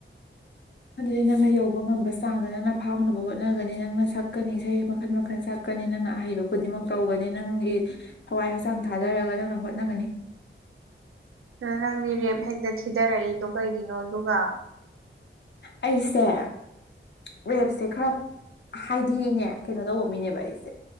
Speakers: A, on the left; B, on the right.
A: ꯑꯗꯨꯗꯤ ꯅꯪꯅ ꯌꯧꯕ ꯉꯝꯕ ꯆꯥꯡꯗ ꯅꯪꯅ ꯐꯥꯎꯅꯕ ꯍꯣꯠꯅꯒꯅꯤ ꯅꯪꯅ ꯁꯛꯀꯅꯤ ꯏꯁꯩ ꯃꯈꯜ ꯃꯈꯜ ꯁꯛꯀꯅꯤ ꯀꯅꯤ ꯅꯪꯅ ꯑꯍꯩꯕ ꯈꯨꯗꯤꯡꯃꯛ ꯇꯧꯒꯅꯤ ꯅꯪꯒꯤ ꯍꯋꯥꯏ ꯍꯛꯆꯥꯡ ꯊꯥꯗꯔꯒ ꯅꯪꯅ ꯍꯣꯠꯅꯒꯅꯤ
B: ꯅꯪꯗꯤ ꯔꯦꯞ ꯍꯦꯛꯇ ꯊꯤꯗꯔꯛꯏꯗꯣ ꯀꯩꯒꯤꯅꯣ ꯑꯗꯨꯒ
A: ꯑꯩꯁꯦ ꯋꯦꯞꯁꯦ ꯈꯔ ꯍꯥꯏꯗꯤ ꯏꯅꯦ ꯀꯩꯅꯣ ꯇꯧꯕ ꯃꯤꯅꯦꯕ ꯑꯩꯁꯦ